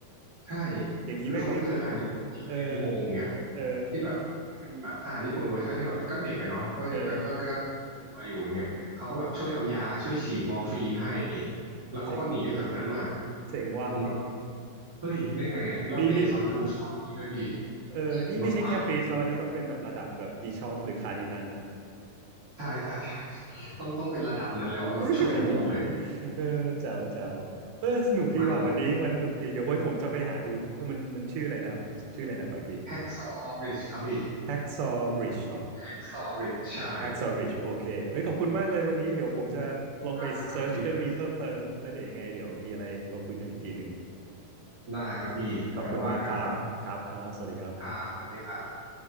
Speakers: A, on the right; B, on the right.
A: ใช่
B: อย่างนี้แม่งไม่
A: คือเขาไปเจอทหารญี่ปุ่นที่อยู่ในอุโมงค์อย่างเงี้ย
B: เออเออ
A: ที่แบบก็เป็นแบบทหารญี่ปุ่นเวอร์ชันที่แบบก็เด็กอะเนาะก็ก็ก็ก็กลัวอยู่อย่างเงี้ยเขาก็แบบช่วยเอายาช่วยฉีดมอร์ฟีนให้
B: เออ
A: แล้วเขาก็หนีออกจากนั้นมา
B: เจ๋งเจ๋งว่ะ
A: ผมแบบ เฮ้ย ได้ไงอะ แล้วเบสออนทูสตอรี่ด้วยพี่
B: นี่นี่ เออนี่ไม่ใช่แค่พรีสแล้ววันนี้ต้องเป็นแบบระดับแบบบิชอปหรือคาร์ดินัลน่ะ
A: ผมแบบใช่ใช่ใช่ต้องต้องเป็นระดับนั้นแล้วแบบช่วยทั้งหมดเลย
B: <laughs> เออแจ๋วแจ๋วเออสนุกดีว่ะวันนี้วันสนุกดี
A: มัน
B: เดี๋ยวไว้ผมจะไปหาดูเออมันมันชื่ออะไรนะครับ ชื่ออะไรนะขออีกที
A: แฮกซอริชครับพี่
B: Hacksaw Bridge เหรอ
A: แฮกซอริชใช่
B: Hacksaw Ridge โอเคเอ้ยขอบคุณมากเลยวันนี้ เดี๋ยวผมจะลองไปเซิร์ชเรื่องนี้เพิ่มเติม
A: ได้ครับพี่คริส
B: แล้วเดี๋ยวยังไง เดี๋ยวมีอะไรเราคุยกันอีกทีหนึ่ง
A: ได้ครับพี่เดี๋ยวว่ากันครับ
B: ขอบคุณมากครับครับครับสวัสดีครับ
A: ครับสวัสดีครับ